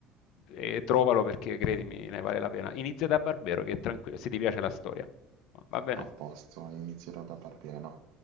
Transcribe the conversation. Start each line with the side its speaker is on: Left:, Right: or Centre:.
Left: e trovalo perché credimi ne vale la pena. Inizia da Barbero che è tranquillo, se ti piace la storia. Va bene?
Right: A posto, inizierò da par pieno.